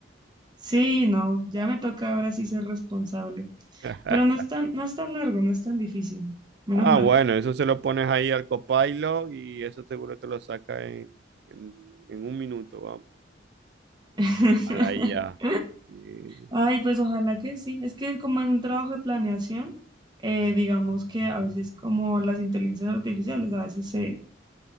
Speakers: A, on the right; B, on the right.
A: Sí, no, ya me toca ahora sí ser responsable,
B: <laughs>
A: pero no es tan, no es tan largo, no es tan difícil, menos
B: Ah,
A: mal.
B: bueno, eso se lo pones ahí al Copilot y eso seguro te lo saca en, en- en un minuto, vamos,
A: <laughs>
B: a la IA. Y
A: Ay, pues ojalá que sí. Es que como en un trabajo de planeación, eh, digamos que a veces como las inteligencias artificiales, a veces se,